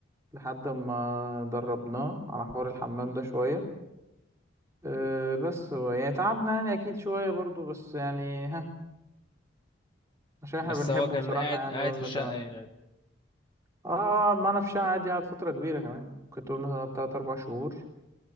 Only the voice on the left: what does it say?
بس
هو كان
قاعد
قاعد
في الشقة
يعني